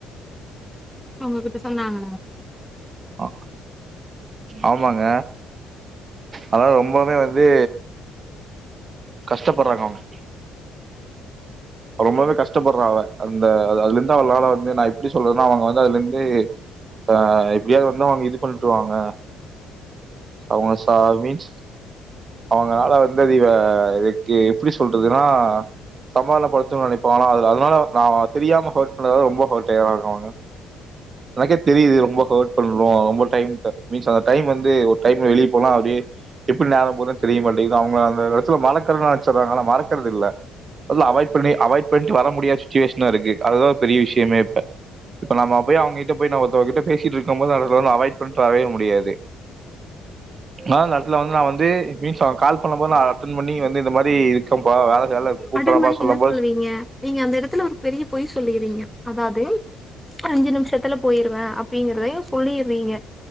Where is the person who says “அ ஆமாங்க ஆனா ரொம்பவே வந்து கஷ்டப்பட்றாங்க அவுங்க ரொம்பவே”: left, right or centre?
Right